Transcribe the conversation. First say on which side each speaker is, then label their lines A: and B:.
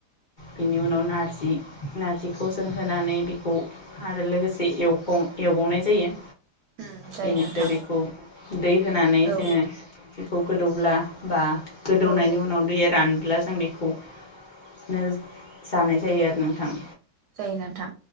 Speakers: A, on the left; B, on the right.
A: बेनि उनाव नारजि नारजिखौ जों होनानै बेखौ आरो लोगोसे एवखं एवबावनाय जायो
B: उम जायो
A: बेनिफ्राय
B: नोंथां
A: बेखौ दै होनानै
B: औ
A: जोङो खौ गोदौब्ला बा गोदौनायनि
B: औ
A: उनाव दैया रान ब्ला जों बेखौ नो जानाय जायो आरो न थां
B: जायनोथा